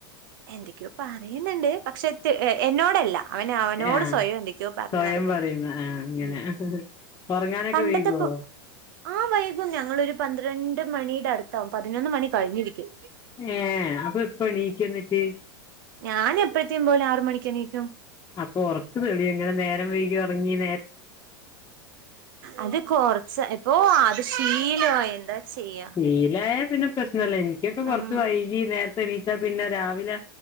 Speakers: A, on the right; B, on the left.
A: എന്തൊക്കോ പറയുന്നുണ്ട് പക്ഷെ എന്നോടല്ല അവന് അവനോട്
B: ആഹ
A: സ്വയം എന്തൊക്കെയോ പറഞ്ഞ്
B: സ്വയം
A: നടക്ക
B: പറയുന്ന ആഹ അങ്ങനെ
A: ഉം
B: ഹ്‌ഹ് ഹ് ഉറങ്ങാനൊക്കെ
A: പണ്ടത്തെപ്പോ
B: വൈകോ
A: ആ വൈകും ഞങ്ങളൊരു പന്ത്രണ്ട് മണിയുടെ അടുത്താവും പതിനൊന്ന് മണി കഴിഞ്ഞിരിക്കും
B: ഏ അപ്പൊ ഇപ്പണീക്ക. ന്നിട്ട്
A: ഞൻ എപ്പഴത്തേും പോലെ ആറ് മണിക്കെണീക്കും
B: അപ്പൊ ഉറക്ക് തെളി എങ്ങനെ നേരം വൈകി ഉറങ്ങി നേ
A: അത് കൊറച്ച് ഇപ്പൊ അത് ശീലമായി എന്താ ചെയ്യാ
B: ശീലായ പിന്നെ പ്രശ്നല്ല എനിക്കൊക്കെ കൊറച്ച്
A: ഉം
B: വൈകി നേരത്തെ എനീച്ചാ പിന്നെ രാവിലെ